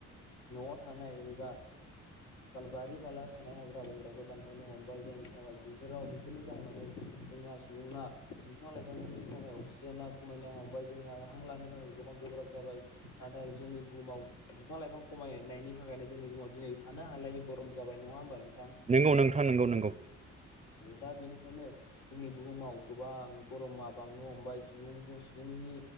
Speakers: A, on the left; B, on the right.
A: न'आव थानाय एबा बारि बालायाव थानाय हाग्रा बंग्राखौ दानफायनो हमबाय जायनि थाखाय बेफोराव बेफोरनि जाहोनावनो जोंहा सुबुंङा बिफां लाइफांनि थाखाय अक्सिजेना खमायनो हमबाय जोंहा हां लानो थाखाय गोबां गोब्राब जाबाय नाथाय जोंनि बुहुमाव बिफां लाइफां खमायनायनि थाखायनो जोंनि बुहुमाव दिनै थानो हालायै गरम जाबाय नङा होनबा नोंथां
B: नंगौ नोंथां नंगौ नंगौ
A: दा बेनिखायनो जोंनि बुहुमाव गोबां गरमा बांनो हमबाय सुबुं सुबुंनि